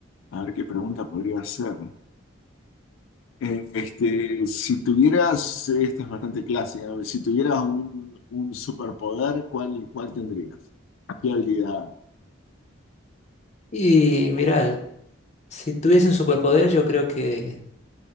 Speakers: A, on the left (about 85°); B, on the left (about 35°).
A: A ver qué pregunta podría hacer. Eh, este, si tuvieras, esta es bastante clásica, ¿no? Si tuvieras un, un superpoder, ¿cuál, cuál tendrías? ¿Qué habilidad?
B: Y mira, si tuviese un superpoder, yo creo que...